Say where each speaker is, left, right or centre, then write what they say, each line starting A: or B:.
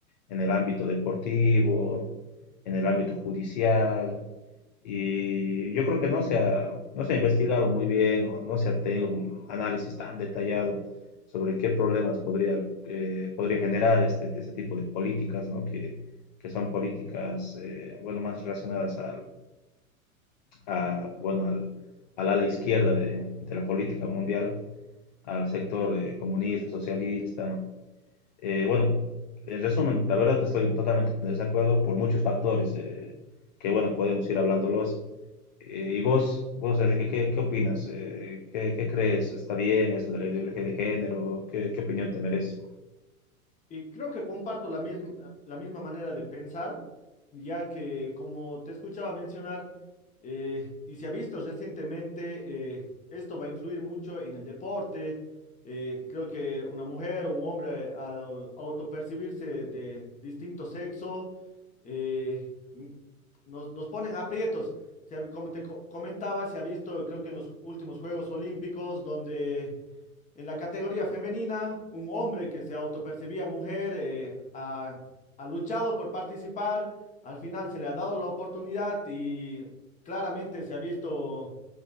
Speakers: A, on the left (about 35°); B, on the left (about 15°).
A: en el ámbito deportivo, en el ámbito judicial, y yo creo que no se ha, no se ha investigado muy bien o no se ha tenido un análisis tan detallado sobre qué problemas podría, eh, podría generar este, este, tipo de políticas, ¿no? que, que son políticas eh, bueno, más relacionadas al, a, bueno, al, al ala izquierda de, de, la política mundial, al sector eh, comunista, socialista, eh, bueno, en resumen, la verdad estoy totalmente en desacuerdo por muchos factores eh, que, bueno, podemos ir hablándolos. Eh, y vos, vos, Enrique, ¿qué, qué opinas? Eh, ¿qué, qué crees? ¿Está bien esto de la ideología de género? ¿Qué, qué opinión te merece?
B: Y creo que comparto la misma, la misma manera de pensar, ya que como te escuchaba mencionar, eh, y se ha visto recientemente, eh, esto va a influir mucho en el deporte. Eh, creo que una mujer o un hombre al autopercibirse de distinto sexo, eh, nos, nos ponen aprietos. Se ha- como te co- comentaba, se ha visto, creo que en los últimos Juegos Olímpicos, donde en la categoría femenina, un hombre que se autopercibía mujer eh, ha, ha luchado por participar, al final se le ha dado la oportunidad y claramente se ha visto